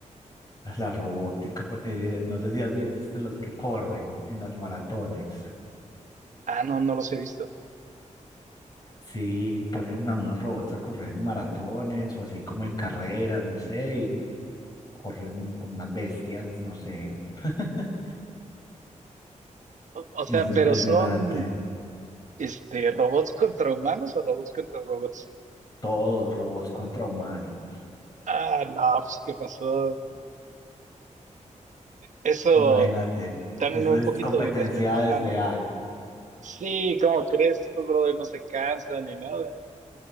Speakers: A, on the left; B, on the right.
A: La robótica, por- eh, no sé si has visto los que corren en las maratones.
B: Ah, no, no los he visto.
A: Sí, ponen una- unos robots a correr en maratones o así como en carreras, no sé, y corren como unas bestias, no sé. <laughs>
B: O, o sea,
A: Es impresionante.
B: pero son este robots contra humanos o robots contra robots.
A: Todos robots contra humanos.
B: Ah, no, pues, ¿qué pasó? Eso,
A: Imagínate,
B: están
A: eso
B: en un
A: es
B: poquito
A: competencia
B: de desventaja,
A: desleal.
B: ¿no? Sí, ¿cómo crees? Estos brothers no se cansan ni nada.